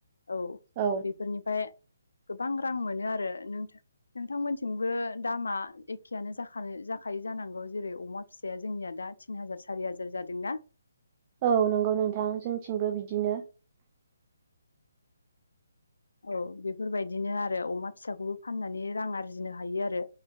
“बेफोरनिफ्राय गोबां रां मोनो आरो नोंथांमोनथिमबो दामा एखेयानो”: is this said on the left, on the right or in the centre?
Left